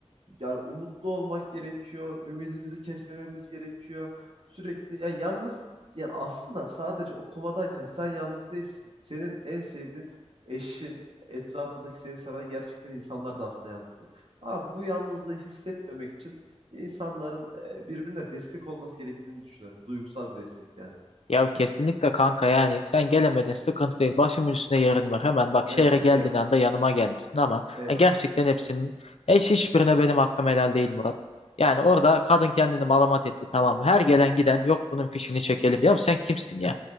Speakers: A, on the right (about 55°); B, on the left (about 65°).
A: yani umutlu olmak gerekiyor. Ümidimizi kesmememiz gerekiyor. Sürekli yani yalnız yani aslında sadece o komadayken sen yalnız değilsin. Senin en sevdiğin eşin, etrafındaki seni seven gerçekten insanlar da aslında yalnız kalıyor. Abi bu yalnızlığı hissetmemek için insanların e, birbirine destek olması gerektiğini düşünüyorum. Duygusal bir destek yani.
B: Ya kesinlikle kanka yani sen gelemedin sıkıntı değil başımın üstünde yerin var hemen bak
A: Eyvallah,
B: şehre geldiğin
A: eyvallah.
B: anda yanıma gelmişsin ama
A: Eyvallah.
B: ya gerçekten hepsinin eş hiçbirine benim hakkım helal değil Murat. Yani orada kadın kendini malamat etti tamam mı? her gelen giden yok bunun fişini çekelim ya sen kimsin ya?